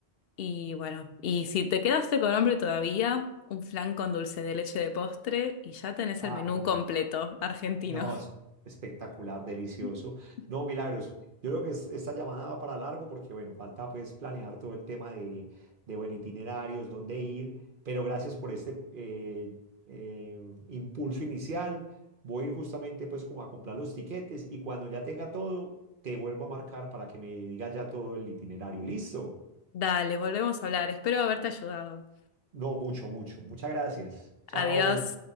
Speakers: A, on the left; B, on the right.
A: Y bueno, y si te quedaste con hambre todavía, un flan con dulce de leche de postre y ya tenés
B: Ay.
A: el menú completo argentino.
B: No, es espectacular, delicioso.
A: <laughs>
B: No, Milagros, yo creo que es- esta llamada va para largo porque, bueno, falta pues planear todo el tema de, de bueno, itinerarios, dónde ir, pero gracias por este eh, eh, impulso inicial. Voy a ir justamente pues como a comprar los tiquetes y cuando ya tenga todo, te vuelvo a marcar para que me digas ya todo el itinerario. ¿Listo?
A: Dale, volvemos a hablar. Espero haberte ayudado.
B: No, mucho, mucho. Muchas gracias. Chao.
A: Adiós.